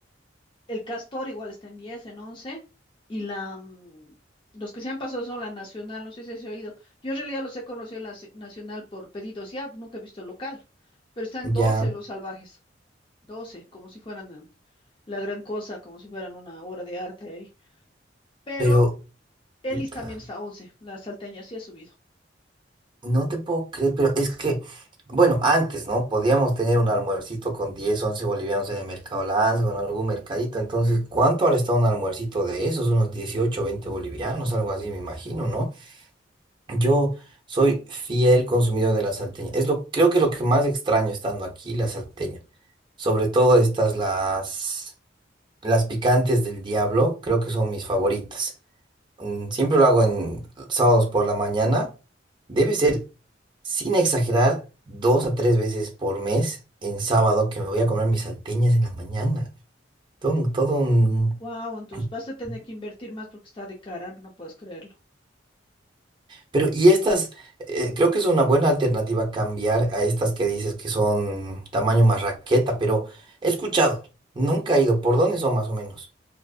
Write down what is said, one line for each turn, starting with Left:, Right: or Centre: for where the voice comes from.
Left: El Castor igual está en 10, en once Y la, mm, los que se han pasado son la Nacional, no sé si has oído. Yo en realidad los he conocido en la ci- Nacional por pedidos ya, nunca he visto el local. Pero están doce
Right: Ya,
Left: los salvajes, 12 como si fueran eh, la gran cosa, como si fueran una obra de arte ahí. Pero
Right: pero...
Left: Elis
Right: puta.
Left: también está 11, la salteña sí ha subido.
Right: No te puedo creer, pero es que, bueno, antes, ¿no? Podíamos tener un almuercito con 10 11 bolivianos en el Mercado Lanza o en algún mercadito. Entonces, ¿cuánto ahora está un almuercito de esos? Unos 18 20 bolivianos, algo así, me imagino, ¿no? Yo soy fiel consumidor de la salteña. Es lo, creo que es lo que más extraño estando aquí, la salteña. Sobre todo estas, las, las picantes del diablo, creo que son mis favoritas. Mm, Siempre lo hago en sábados por la mañana. Debe ser, sin exagerar, dos a tres veces por mes en sábado que me voy a comer mis salteñas en la mañana. Todo, un- todo un...
Left: Wow, entonces
Right: <clears throat>
Left: vas a tener que invertir más porque está de cara, no puedes creerlo.
Right: Pero, y estas, eh, creo que es una buena alternativa cambiar a estas que dices que son tamaño más raqueta, pero he escuchado, nunca he ido. ¿Por dónde son más o menos?